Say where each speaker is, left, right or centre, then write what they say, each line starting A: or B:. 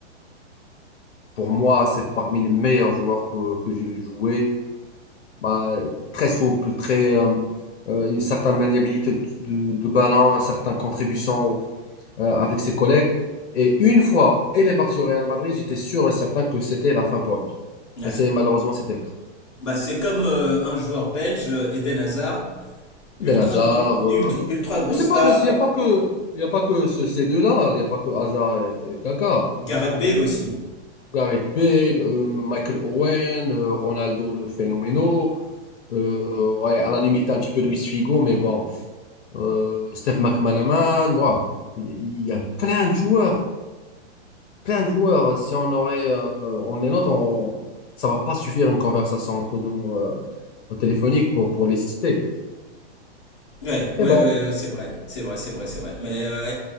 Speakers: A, on the left; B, on the left.
A: pour moi, c'est parmi les meilleurs joueurs que, que j'ai vu jouer. Bah, très souple, très, euh, euh, une certaine maniabilité de, de ballon, une certaine contribution euh, avec ses collègues. Et une fois, il est parti au Real Madrid, j'étais sûr et certain que c'était la fin pour lui.
B: Ouais.
A: Et c'est malheureusement, c'était le cas.
B: Bah, c'est comme euh, un joueur belge, euh, Eden Hazard,
A: Eden
B: ultra,
A: Hazard,
B: gros- ultra,
A: euh,
B: ultra grosse
A: C'est
B: star,
A: pas, il n'y a pas que, il y a pas que ce- ces deux-là, il n'y a pas que Hazard et, et Kaka.
B: Gareth Bale aussi.
A: Gareth Bale, euh, Michael Owen, euh, Ronaldo le phénoménal, euh, euh, ouais, à la limite un petit peu Luis Figo, mais bon, euh, Steph McManaman, moi, il y il y a plein de joueurs, plein de joueurs. Si on aurait, euh, on les note, on, ça va pas suffire une conversation entre nous euh, au téléphonique pour, pour les citer.
B: Ouais, ouais,
A: Et bon,
B: ouais, ouais, c'est vrai, c'est vrai, c'est vrai, c'est vrai. Mais euh,